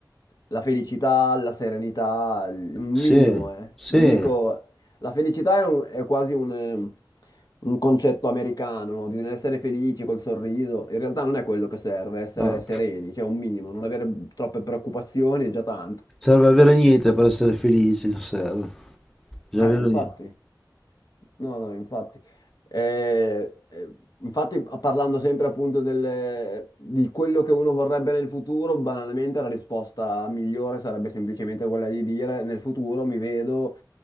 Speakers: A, on the left; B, in the centre.
A: la felicità, la serenità, l- un
B: Sì,
A: minimo, eh.
B: sì,
A: Non dico... La felicità è, un- è quasi un, ehm, un concetto americano, no? Bisogna essere felici col sorriso, in realtà non è quello che serve, essere
B: no.
A: sereni, cioè un minimo, non avere troppe preoccupazioni è già tanto.
B: Serve avere niente per essere felici, non serve. Bisogna
A: Eh,
B: avere
A: infatti.
B: niente.
A: No, no, infatti. Eh, eh, infatti, parlando sempre appunto del- di quello che uno vorrebbe nel futuro, banalmente la risposta migliore sarebbe semplicemente quella di dire nel futuro mi vedo